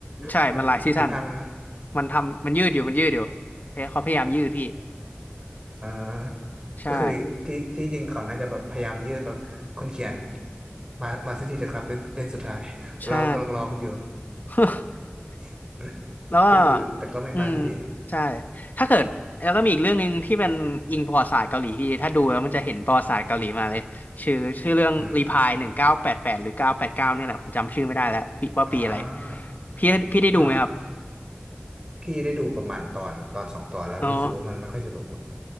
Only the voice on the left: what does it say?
ใช่
มันหลายซีซั่นมันทำมันยืดอยู่มันยืดอยู่เขาพยายามยืดพี่
ใช่
ใช่ <laughs>
แล้วก็
อืมใช่ถ้าเกิดแล้วก็มีอีกเรื่องหนึ่งที่เป็นอิงประวัติศาสตร์เกาหลีพี่ถ้าดูแล้วมันจะเห็นประวัติศาสตร์เกาหลีมาเลยชื่อชื่อเรื่องรีพายหนึ่งเก้าแปดแปดหรือเก้าแปดเก้าเนี่ยแหละผมจำชื่อไม่ได้แล้วปีว่าปีอะไร
พี่พี่ได้ดูไหมครับ
อ๋อ